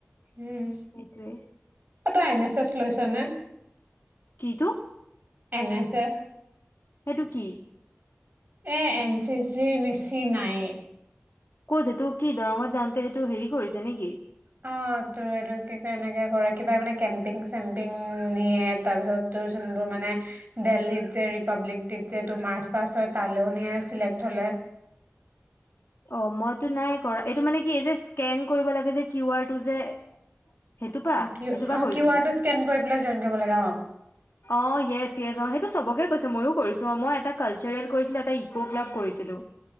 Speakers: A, on the right; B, on the left.
A: উম
B: সেইটোৱে
A: ত তই এন এছ এছ লৈছ নে
B: কিটো
A: এন এছ এছ
B: সেইটো কি
A: এ এন চি চিৰ মেচি নাই
B: কত সেইটো কি দৰঙত যাওঁতে সেইটো হেৰি কৰিছে নেকি
A: অ তোৰ এইটো কি কয় এনেকে কৰে কিবামখনে কেম্পিং চেম্পিং নিয়ে তাৰ পিছত ত যোনবোৰ মানে দেলহিত যে ৰিপাব্লিক ড যে তোৰ মাৰ্চ পাষ্ট হয় তালৈও নিয়ে চিলেক্ট হলে
B: অ মইতো নাই কৰা এইটো মানে কি এই যে স্কেন কৰিব লাগে যে কিউ আৰটো যে সেইটো পা
A: অ কিউ
B: সেইটো পা কৰিছিলি
A: আৰটো স্কেন কৰি পেলাই জইন কৰিব লাগে অ।
B: অ য়েচ য়েছ অ সেই চবকে কৈছে ময়ো কৰিছো। ত' মই এটা কালচাৰেল কৰিছিলো এটা ইকো ক্লাব কৰিছিলো।